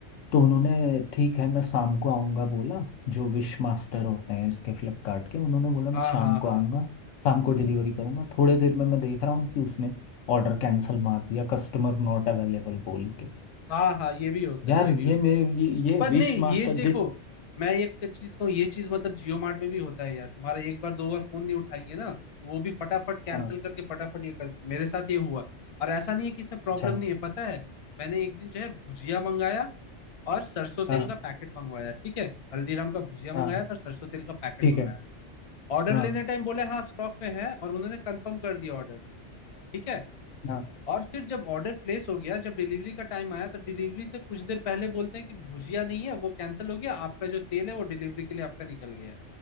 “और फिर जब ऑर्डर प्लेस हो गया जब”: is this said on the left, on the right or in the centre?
Left